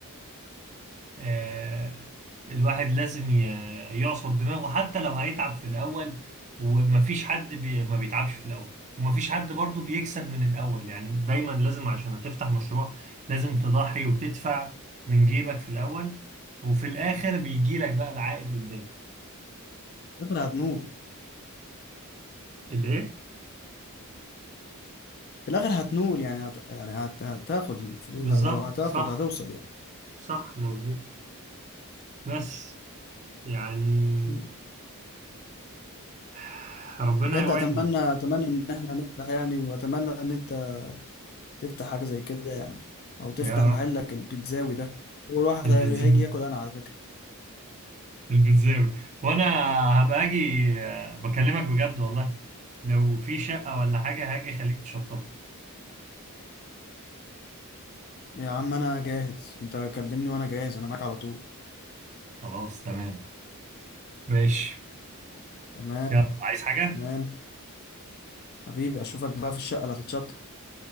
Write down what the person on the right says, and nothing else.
آه، الواحد لازم ي- يعصر دماغه حتى لو هيتعب في الأول ومفيش حد بي ما بيتعبش في الأول ومفيش حد برضو بيكسب من الأول يعني دايما لازم عشان هتفتح مشروع لازم تضحي وتدفع من جيبك في الأول وفي الآخر بيجي لك بقى العائد قدام
الإيه؟
بالظبط
صح
صح مظبوط بس يعني
<sighs> ربنا
يوعدنا
يا رب
البنزين
البيتزاوي وانا هبقى اجي آه، بكلمك بجد والله لو في شقة ولا حاجة هاجي خليك تشطبها
خلاص تمام ماشي
يلا عايز حاجة